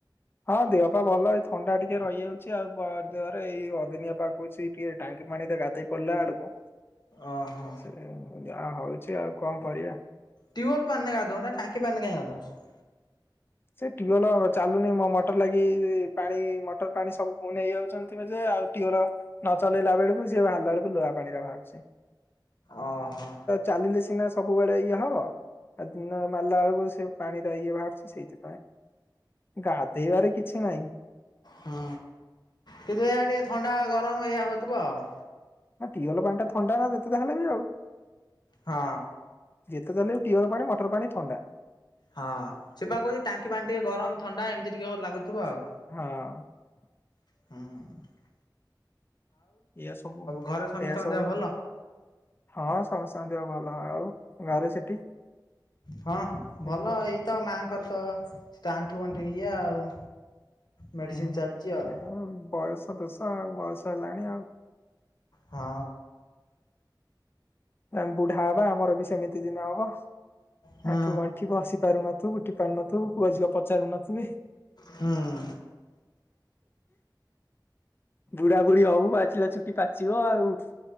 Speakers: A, on the left; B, on the left.
A: ହଁ ଦେହ ପା ଭଲ ଏଇ ଥଣ୍ଡା ଟିକେ ରହିଯାଉଛି ଆଉ ଦେହରେ ଏଇ ଅଦିନିଆ ପାଗ ଅଛି ଟିକେ ଟାଙ୍କି ପାଣି ରେ ଗାଧେଇ ପଡିଲା ବେଳକୁ
B: ଓହୋ
A: ସେଇଆ ଆଉ କି ଯେ ଆଉ କଣ କରିବା।
B: ଟ୍ୟୁଲ ପାଣୀରେ ଗାଧଉନ ଟାଙ୍କି ପାଣି ରେ କାଇଁ ଗାଉଛ।
A: ସେ ଟ୍ୟୁବଲ ଚାଲୁନି ମୋ ମଟର ଲାଗି ପାଣି ମଟର ପାଣି ସବୁ ନେଇ ଯାଉଛନ୍ତି ଆଉ ଟିଅଲ ନ ଚଲେଇଲା ବେଳକୁ ସିଏ ବାହାରିଲା ବେଳକୁ ଲୁହା ପାଣିରା ବାହାରୁଚି।
B: ଓହୋ
A: ଚାଲିିଲେ ସିନା ସବୁବେଳେ ଇଏ ହବ ଆ ଦିନ ମାରିଲା ବେଳକୁ ସେ ପାଣି ଟା ଇଏ ବାହାରୁଛ ସେଇଥି ଗାଧେଇବାରେ କିଛି ନାହିଁ।
B: ହୁଁ କିନ୍ତୁ ଏହା ଟିକେ ଥଣ୍ଡା ଗରମ ଏଇଆ ହଉଥିବ ଆଉ।
A: ନା ଟିଅଲ ପାଣି ଟା ଥଣ୍ଡା ନା ଯେତେ ଯାହାହେଲେ ବି ଆଉ।
B: ହଁ।
A: ଟିଅଲ ପାଣି ମଟର ପାଣି ଥଣ୍ଡା।
B: ହଁ ସେ ପା କହୁଛି ଟାଙ୍କି ପାଣି ଟିକେ ଗରମ ଥଣ୍ଡା ଏମିତି ଟିକେ ଲାଗୁଥିବ ଆଉ।
A: ହଁ।
B: ହଁ।
A: ଏଇଆ ସବୁ
B: ଘରେ ସମସ୍ତଙ୍କ
A: ଏଇଆ ସବୁ
B: ଦେହ ଭଲ?
A: ହଁ ସମସ୍ତଙ୍କ ଦେହ ଭଲ ଆଉ ଗାଁରେ ସେଠି।
B: ହଁ ଭଲ
A: ଘରେ
B: ଏଇତ ମାଆଙ୍କର ତ ତା ଆଣ୍ଠୁ ଗଣ୍ଠି ଏଇଆ ଆଉ। ମେଡିସିନ
A: ହୁଁ ହଁ
B: ଚାଲିଛି ଆଉ
A: ସେ ବୟସ ଦୋଷ ଆଉ। ବୟସ ହେଲାଣି ଆଉ।
B: ହଁ।
A: ଆମେ ବୁଢା ହବା ଆମର ବି ସେମିତି ଦିନ ହବ।
B: ହୁଁ
A: ଆଣ୍ଠୁ ଗଣ୍ଠି ବସିପାରୁ ନଥିବୁ ଉଠି ପାରୁ ନଥୁବୁ। ପୁଅ ଝିଅ ପଚାରୁନଥିବେ।
B: ହୁଁ।
A: ବୁଢା ବୁଢୀ ହଉ ପାଚିଲା ଚୁଟି ପାଚିବ ଆଉ।